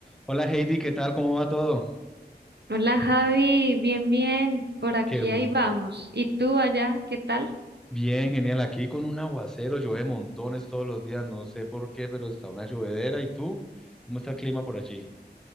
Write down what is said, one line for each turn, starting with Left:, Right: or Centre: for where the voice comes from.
Centre: Hola Heidi, ¿qué tal? ¿Cómo va todo?
Right: Hola Javi, bien, bien, por aquí
Centre: Qué bueno.
Right: ahí vamos. ¿Y tú allá, qué tal?
Centre: Bien, genial. Aquí con un aguacero, llueve montones todos los días, no sé por qué, pero está una llovedera. ¿Y tú? ¿Cómo está el clima por allí?